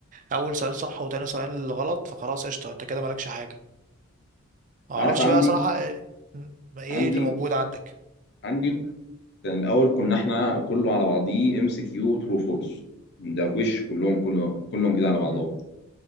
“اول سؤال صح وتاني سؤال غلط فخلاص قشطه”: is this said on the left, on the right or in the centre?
Right